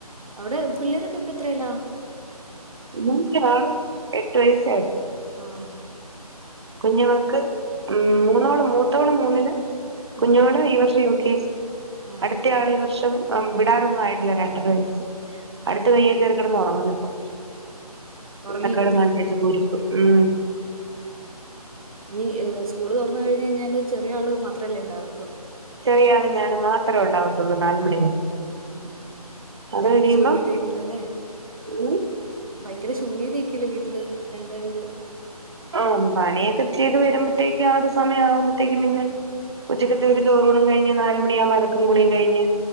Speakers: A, on the right; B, on the right.
A: അവിടെ പിള്ളേരൊക്കെ ഇപ്പ എത്രയലാ?
B: ഇക്ക എട്ട് വയസ്സ്
A: ആഹ
B: കുഞ്ഞുവാവക്ക് ഉം മൂന്നോളം മൂത്തോള് മൂന്നില് കുഞ്ഞുങ്ങള്ള്
A: ഉം
B: ഈവർഷക്ക <unintelligible>
A: ആ
B: അടുത്ത
A: ആ
B: ആൾ ഈ വർഷം വിടാറന്ന ആയിട്ടില്ല രണ്ടര വയസ്സ്
A: ഉം
B: അടുത്ത കയ്യേക്കറി ഉറങ്ങുന്നു ഇപ്പൊ കുരുത്തക്കേട്
A: ഉറങ്ങിയോ
B: ട്
A: പുള്ളി
B: കാണിച്ചകുരുപ്പ് ഉം
A: ഇനി സ്കൂള് തുറന്ന കഴിഞ്ഞഞ് കഴിഞ്ഞാല് ചെറിയ ആള് മാത്രല്ലേ ഉണ്ടാവ
B: ശെരിയാണ് ഞാനും മാത്രം ഉണ്ടാവും തൊണ്ണൂ നല്
A: ഉം
B: മണി വരെ
A: ഉം
B: അത്
A: ഭയങ്കര
B: കഴിയുമ്പം
A: ശൂന്യതയായിരിക്കുവല്ലേ
B: ഉ
A: ഭയങ്കര ശൂന്യത ആക്കല്ലേ വീട്ടില് രണ്ട ഒരു
B: ആ പണിയൊക്കെ ചെയ്ത് വരുമ്പോഴത്തേക്കും ആ സമയ ആകുമ്പോത്തേക്കും പിന്നെ ഉച്ചക്കത്ത
A: ആ
B: ഒരു ചോറ്ൂണം കഴിഞ്ഞ നാല മണ ആകുമ്പോ ഇടക്ക പളിയും കഴിഞ്ഞ്